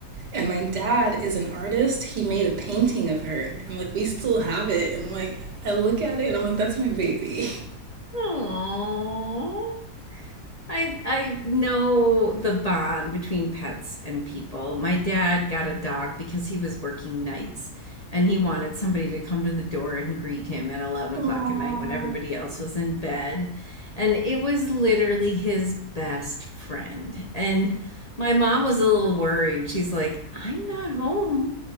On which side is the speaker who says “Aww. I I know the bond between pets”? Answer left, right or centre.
Left